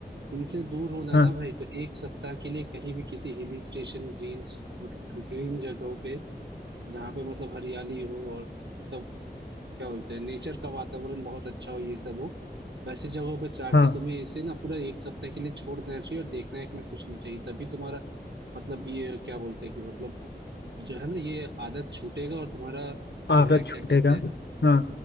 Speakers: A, on the right (about 80°); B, on the left (about 75°).
A: इनसे दूर होना है
B: हाँ
A: ना भाई तो एक सप्ताह के लिए कहीं भी किसी हिल स्टेशन ग्रीन मतलब ग्रीन जगहों पे जहाँ पे मतलब हरियाली हो और मतलब क्या बोलते हैं नेचर का वातावरण बहुत अच्छा हो ये सब हो वैसी जगहों पे जाके
B: हाँ
A: तुम्हें इसे ना पूरा एक सप्ताह के लिए छोड़ देना चाहिए और देखना है कि ना कुछ नहीं चाहिए तभी तुम्हारा मतलब ये क्या बोलते हैं कि मतलब जो है ना ये आदत छूटेगा और तुम्हारा जो
B: आदत
A: है क्या
B: छूटेगा
A: कहते हैं
B: हाँ